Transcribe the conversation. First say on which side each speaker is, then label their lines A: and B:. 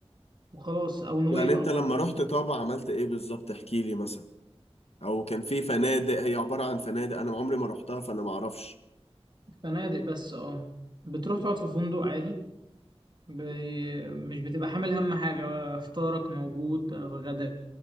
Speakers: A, on the right; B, on the left.
A: وخلاص او نويبع
B: يعني أنت
A: برضو
B: لما
A: الاتنين
B: رحت طابة عملت إيه بالظبط احكي لي مثلا أو كان في فنادق هي عبارة عن فنادق أنا عمري ما رحتها فأنا ما أعرفش
A: فنادق بس اه بتروح تقعد في فندق عادي بي... مش بتبقى حامل هم حاجة فطارك موجود غداك